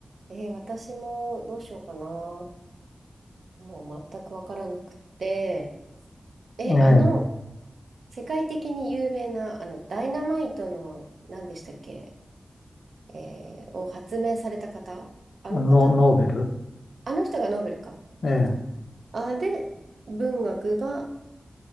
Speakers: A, on the right; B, on the left.
A: えー私もどうしようかな。もう全くわからなくて。え、
B: ええ、
A: あの、世界的に有名な、あの、ダイナマイトの、何でしたっけえーを発明された方あの方、
B: ノ、ノーベル、
A: あの人がノーベルか。
B: ええ、
A: あ、で、文学が、